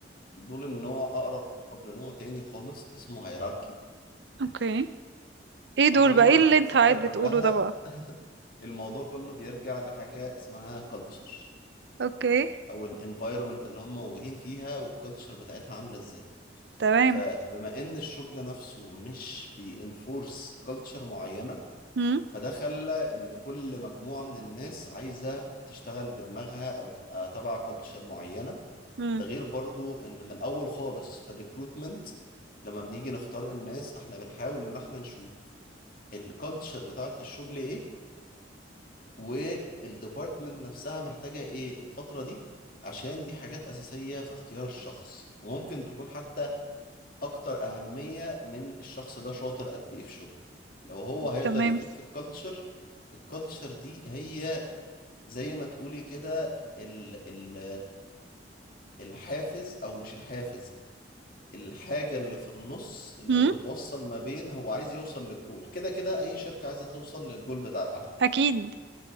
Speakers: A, on the left; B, on the right.
A: دول النوع أقرب لنوع تاني خالص اسمه هيراركي
B: اوكي ايه
A: فهم
B: دول بقى ايه اللي
A: الفكرة
B: انت قاعد
A: كلها
B: بتقوله ده بقى
A: الموضوع كله بيرجع لحاجة اسمها كلتشر
B: اوكي
A: أو الانفايرومنت اللي هم موجودين فيها والكلتشر بتاعتها عاملة ازاي
B: تمام
A: فبما إن الشغل نفسه مش بينفورس كلتشر معينة
B: امم
A: فده خلى إن كل مجموعة من الناس عايزة تشتغل بدماغها أو تبقى تبع كلتشر معينة
B: امم
A: ده غير برضو ان من اول خالص في الريكروتمنت لما بنيجي نختار الناس احنا بنحاول ان احنا نشوف الكالتشر بتاعة الشغل ايه والديبارتمنت نفسها محتاجة ايه الفترة دي عشان دي حاجات اساسية في اختيار الشخص وممكن تكون حتى اكتر اهمية من الشخص ده شاطر قد ايه في شغله لو هو هيقدر
B: تمام
A: يفيد في الكالتشر الكالتشر دي هي زي ما تقولي كده ال ال الحافز او مش الحافز الحاجة اللي في النص اللي
B: امم
A: بتوصل ما بين هو عايز يوصل للجول كده كده أي شركة عايزة توصل للجول بتاعها
B: اكيد